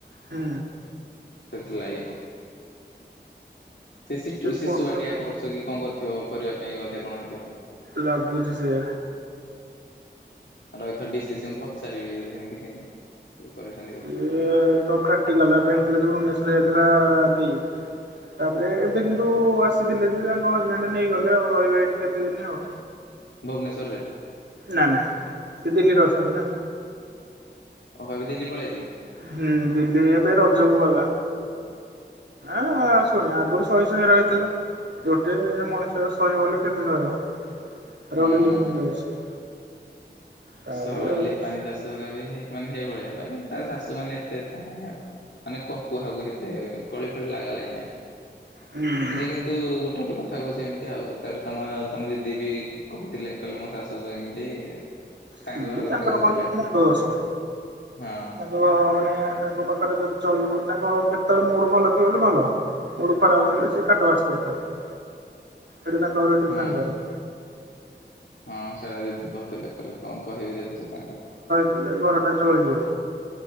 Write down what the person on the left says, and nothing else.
ସେଥିଲାଗି ସେ ଶିଟୁ ଶିଶୁ
ବାଟିକା
କରୁଚ କି କଣ କରିଥିବ କରିବା ପାଇଁ ବୋଧେ କଣ ହେଇଥିବ।
ରଇଥ ଡି ସି ସି ମୁଁ ପଚାରିବି ଯଦି ହେମତି କମତି କି କରିଚନ୍ତି
ଭୁବନେଶ୍ୱରରେ।
କଣ କହିବି ଦିଲ୍ଲୀ ପଳେଇଚି?
ହଁ।
ଶଳା
ଲିପାନୀ ଶାଶୁ ଘକାବି ବି ହେ ମାନେ ହେଇଭଳିଆ ବାକି ତାର ଶାଶୁ ମାନେ ଏତେ ଏତା ନାହିଁ ଆଉ। ମାନେ କ କୁହାକୁହି ହେତେ ହେବେ କଳି ଫଳି ଲାଗା ଲାଗି ନାହିଁ
ଯେ କିନ୍ତ ତୁ ଗୋଟେ ଗୋଟେ କଥା କହୁଚି ଏମିତି ଆଉ ତାପରେ ତମ ତମ ଦିଦି ବି କହୁଥିଲେ କହିଲେ ମୋ ଶାଶୁ ଏମିତି ତାଙ୍କ
ଘର କଥା
କହୁଥିଲେ
ହଁ
ହଁ।
ହଁ ସେଇଆ ଦିଦି କହୁଥିଲେ କଣ କହିବି ଦେଖୁଚ ତାଙ୍କ କଥା।